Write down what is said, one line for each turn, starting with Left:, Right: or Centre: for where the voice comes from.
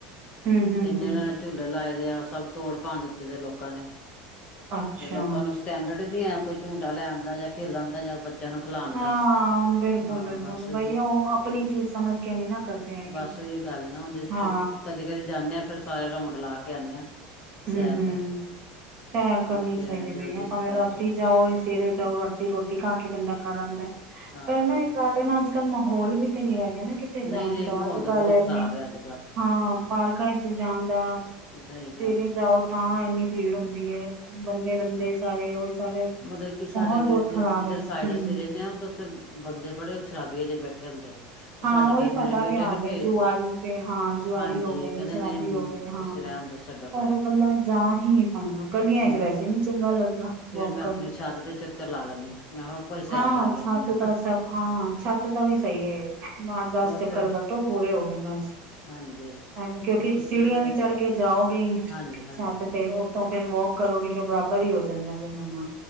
Right: ਹਮ ਹਮ
Left: ਇੰਨੇ
Right: ਹਮ
Left: ਉਨਾਂ ਨੇ ਝੂਲੇ ਲਾਏ ਦੇ ਆ, ਸਭ ਤੋੜ-ਭੰਨ ਦਿੱਤੇ ਦੇ ਲੋਕਾਂ ਨੇ,
Right: ਅੱਛਾ
Left: ਤੇ ਲੋਕਾਂ ਨੂੰ ਸਟੈਂਡਰਡ ਨੀ ਹੈ, ਕੋਈ ਝੂਟਾਂ ਲੈ ਆਂਦਾ ਜਾਂ ਖੇਲ ਆਂਦਾ ਜਾਂ ਬੱਚ ਬੱਚਿਆਂ ਨੂੰ ਖਿਲਾਣ
Right: ਹਾਂ
Left: ਦਾ,
Right: ਬਿਲਕੁਲ
Left: ਹਾਂ
Right: ਬਿਲਕੁਲ
Left: ਬਸ।
Right: ਬਈ
Left: 'ਤੇ,
Right: ਉਹ ਆਪਣੀ ਚੀਜ਼ ਸਮਝ ਕੇ ਨਹੀਂ ਨਾ ਕਰਦੇ ਹੈਗੇ
Left: ਬਸ ਏਹ ਗੱਲ ਏ ਨਾ, ਓਂਦੇ 'ਚ
Right: ਹਾਂ
Left: ਫਿਰ ਕਦੇ। ਕਦੇ ਜਾਂਨੇ ਆ, ਫਿਰ ਸਾਰੇ ਰਾਊਂਡ ਲਾ ਕੇ ਆਂਨੇ ਆ।
Right: ਹਮ
Left: ਸੈਰ
Right: ਹਮ
Left: ਦੇ।
Right: ਸੈਰ ਕਰਨੀ
Left: ਬੱਚੇ
Right: ਚਾਹੀਦੀ। ਬਈ
Left: ਜਦੋਂ ਜਿੱਦ
Right: ਭਾਵੇਂ
Left: ਪੈ
Right: ਰਾਤੀ
Left: ਜਾ
Right: ਜਾਓ, ਸਵੇਰੇ ਜਾਓ ਰਾਤੀ ਰਾੋਟੀ ਰੋਟੀ ਖਾ ਕੇ ਬੰਦਾ ਕਰ ਆਉਂਦਾ।
Left: ਹਾਂ
Right: ਪਰ ਨਾ
Left: -ਹਾਂ।
Right: ਗੱਲ ਇਹ ਨਾ ਅੱਜ ਕੱਲ ਮਾਹੌਲ ਵੀ ਤੇ ਨੀ ਰਹਿ ਗਿਆ ਨਾ ਕਿ ਤੇ ਜਾਣ
Left: ਨਹੀਂ ਨਹੀਂ
Right: ਦਾ,
Left: ਮਾਹੌਲ
Right: ਅੱਜ
Left: ਤਾਂ
Right: ਕੱਲ
Left: ਬਹੁਤ
Right: ਏਨੇ,
Left: ਖ਼ਰਾਬ ਹੈ ਅੱਜ ਕੱਲ੍ਹ
Right: ਹਾਂ, ਪਾਰਕਾਂ ਚ ਜਾਣ ਦਾ।
Left: ਸਹੀ ਗੱਲ
Right: ਸਵੇਰੇ ਜਾਓ ਤਾਂ ਇੰਨੀ ਭੀੜ ਹੁੰਦੀ ਏ। ਬੰਦੇ- ਬੰਦੇ ਸਾਰੇ, ਉਹੀ ਸਾਰੇ, ਮਾਹੌਲ
Left: ਮਤਲਬ ਕਿ ਸਾਡੇ
Right: ਬਹੁਤ
Left: ਤੇ ਜਿੱਧਰ
Right: ਖਰਾਬ ਹੈ। ਹੂੰ।
Left: ਸਾਈਡ ਅਸੀਂ ਰਹਿੰਦੇ ਹਾਂ ਉਧਰ ਤੇ ਬੰਦੇ ਬੜੇ ਸ਼ਰਾਬੀਏ ਜਿਹੇ ਬੈਠੇ ਹੁੰਦੇ ਆ। ਉਹ
Right: ਹਾਂ
Left: ਸਾਡੇ
Right: ਉਹੀ
Left: ਫਿਰ
Right: ਸਾਡਾ
Left: ਮੇਰੇ
Right: ਵੀ
Left: ਬੇਟੇ
Right: ਹਾਲ
Left: ਨੀ
Right: ਹੈ
Left: ਭੇਜਦੇ।
Right: ਜੁਆਰੀ ਪੇ ਹਾਂ ਜੁਆਰੀ
Left: ਹਾਂਜੀ,
Right: ਹੋ ਗਏ
Left: ਕਹਿੰਦੇ
Right: ਸ਼ਰਾਬੀ
Left: ਨਹੀਂ
Right: ਹੋ ਗਏ ਹਾਂ
Left: ਤੁਸੀਂ ਰਹਿਣ ਦੋ। ਛੱਡੋ ਪਰੇ।
Right: ਉਹ ਫਿਰ ਬੰਦਾ ਜਾ ਹੀ ਨਿ <unintelligible> ਹ ਗਲੀਆਂ
Left: ਹੋਰ
Right: ਚ ਵੈਸੇ ਨੀ ਚੰਗਾ ਲੱਗਦਾ,
Left: ਫੇਰ
Right: ਵੋਕ
Left: ਮੈਂ
Right: ਕਰਨ।
Left: ਆਪਣੀ ਛੱਤ ਤੇ ਚੱਕਰ ਲਾ ਲੈਂਦੀ ਹਾਂ ਮੈਂ ਕਿਹਾ ਉੱਪਰ ਹੀ
Right: ਹਾਂ,
Left: ਸੈਲ ਕਰ ਲੈਂਦੀ
Right: ਛਤ
Left: ਹਾਂ
Right: ਦਾ ਸਭ‌। ਹਾਂ, ਛਤ ਦਾ ਵੀ ਸਹੀ ਹੈ। ਮਾਰ ਦਸ
Left: ਹੋਰ
Right: ਚੱਕਰ
Left: ਫੇਰ
Right: ਕੱਟੋ, ਪੂਰੇ ਹੋ ਗਏ ਬਸ।
Left: ਹਾਂਜੀ।
Right: <unintelligible> ਹ ਕਿਉਂਕਿ
Left: ਬਸ
Right: ਸੀੜੀਆਂ
Left: ਅਸੀਂ ਤੇ
Right: ਵੀ ਚੜ ਕੇ ਜਾਓਗੇ ਹੀ
Left: ਹਾਂਜੀ ਹਾਂਜੀ
Right: ਛੱਤ ਤੇ। ਉਤੋ ਫਿਰ ਵੋਕ ਕਰੋਗੇ ਤੇ ਬਰਾਬਰ ਹੀ ਹੋ ਜਾਂਦਾ ਫਿਰ ਹਨਾ